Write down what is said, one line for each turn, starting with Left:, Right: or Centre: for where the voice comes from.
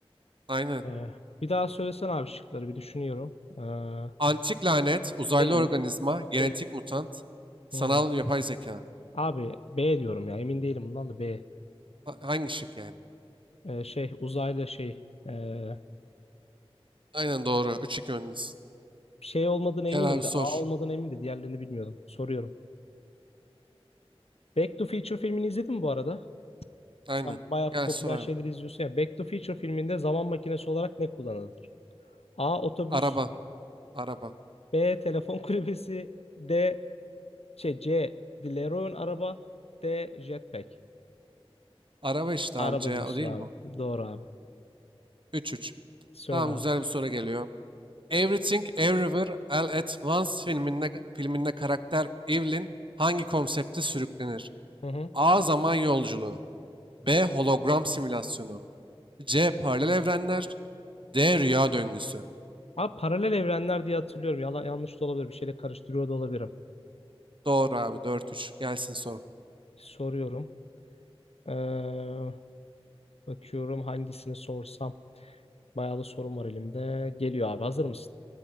Right: Aynen.
Left: Ee, bir daha söylesene abi şıkları bir düşünüyorum. Ee,
Right: Antik lanet, uzaylı
Left: değil.
Right: organizma, genetik
Left: Değil.
Right: mutant, sanal
Left: Hmm.
Right: yapay zeka.
Left: Abi B diyorum ya emin değilim bundan da B.
Right: Ha- Hangi şık yani?
Left: Ee, şey uzaylı şey. ee,
Right: Aynen doğru. 3-2 önünüz.
Left: Şey olmadığına
Right: Gel
Left: eminim
Right: abi
Left: de
Right: sor.
Left: A olmadığına eminim de diğerlerini bilmiyordum. Soruyorum. Back to Future filmini izledin mi bu arada?
Right: Aynen.
Left: Sen bayağı
Right: Gel
Left: popüler
Right: sor abi.
Left: şeyleri izliyorsun ya. Back to Future filminde zaman makinesi olarak ne kullanılır? A. Otobüs
Right: Araba. Araba.
Left: B. Telefon <laughs> kulübesi D. Şey, C. DeLorean araba D. Jetpack.
Right: Araba işte
Left: Araba
Right: abi C
Left: diyorsun
Right: o değil
Left: abi.
Right: mi? o?
Left: Doğru abi.
Right: üç. 3
Left: Söyle
Right: Tamam
Left: abi.
Right: güzel bir soru geliyor. Everything Everywhere All at Once filminde, filminde karakter Evelyn hangi konsepte sürüklenir?
Left: Hı hı.
Right: A. Zaman yolculuğu. B. Hologram simülasyonu. C. Paralel evrenler. D rüya döngüsü.
Left: Abi paralel evrenler diye hatırlıyorum. Yalan, yanlış da olabilir. Bir şeyle karıştırıyor da olabilirim.
Right: Doğru abi dört üç Gelsin sorun.
Left: Soruyorum. Ee, bakıyorum hangisini sorsam. Bayağı da sorum var elimde. Geliyor abi hazır mısın?